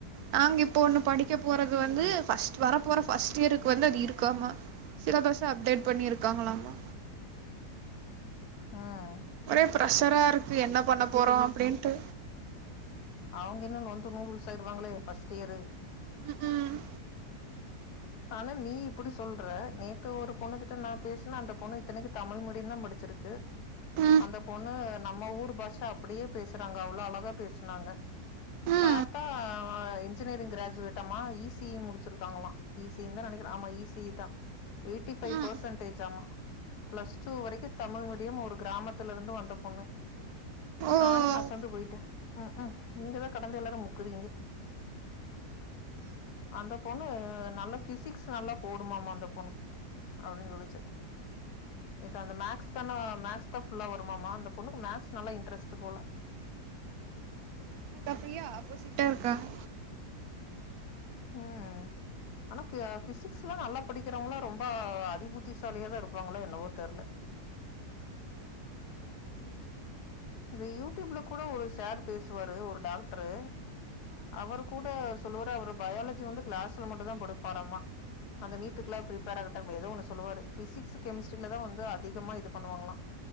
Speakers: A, on the right; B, on the left.
A: நாங்க இப் போ ஒண்ணு படிக்க போறது வந்து ஃபர்ஸ் வர போற ஃபர்ஸ்ட் யேருக்கு வந்து அது இருக்காமா சிலபஸ்ஸா அப்டேட் பண்ணிருக்காங்களாமா
B: ஆஹ்
A: ஒரே பிரஷரா இருக்கு என்ன பண்ண போறோம் அப்டின்ட்டு
B: அவுங்க இன்னு நொந்து நூடுல்ஸ் ஆயிருவாங்களோ ஃபர்ஸ்ட் இயரு
A: ம்
B: ஆனா நீ இப்படி சொல்ற நேத்து ஒரு பொண்ணுகிட்ட நான் பேசினேன் அந்த பொண்ணு இத்தனைக்கு தமிழ் மீடியம் தான் முடிச்சிருக்கு
A: ம்
B: அந்த பொண்ணு நம்ம ஊர் பாஷை அப்டியே பேசுறாங்க அவ்ளோ அழகா பேசுனாங்க
A: ம் ம்
B: பாத்தா அவ இன்ஜினியரிங் கிராஜுவேட் ஆமா இ சி இ முடிச்சிருக்காங்களாம் ஈஸிந்த நெனைக்கிறேன் ஆமா ஈஸி தான் எயிட்டிபைவ்
A: ம்
B: பர்சன்டேஜமா ப்ளஸ் டூ வரைக்கும் தமிழ் மீடியம் ஒரு கிராமத்துல இருந்து வந்த பொண்ணு
A: ஓ
B: நானே அசந்து போயிட்டேன் உம் உம் நீங்கதான் கடந்து எல்லாரும் முக்குறீங்க அந்த பொண்ணு நல்ல பிசிக்ஸ் நல்லா போடுமாமா அந்த பொண்ணு அப்டின்னு சொல்லிச்சு நேத்து அந்த மேக்ஸ்காண மேக்ஸ் தான் ஃபுல்லா வருமாம அந்த பொண்ணுக்கு மேக்ஸ் நல்ல இன்ட்ரஸ்ட் போல
A: எனக்கு அப்டியே ஆப்போசிட்டா இருக்காங்க
B: ம் ஆனா பி பிசிக்ஸ்லாம் நல்லா படிக்கிறவங்களா ரொம்ப அதிபுத்திசாலியாதான் இருப்பாங்களோ என்னவோ தெருல இத யூடியூப்ல கூட ஒரு சேர் பேசுவாரு ஒரு டாக்டரு அவரு கூட சொல்லுவாரு அவரு பயாலஜி வந்து கிளாஸ்ல மட்டும் தான் படிப்பாராம அந்த நீட்டுக்லா ப்ரிப்பேர் ஆகட்டம் ஏதோ ஒண்ணு சொல்லுவாரு பிசிக்ஸ் கெமிஸ்ட்ரிலதான் வந்து அதிகமா இது பண்ணுவாங்களா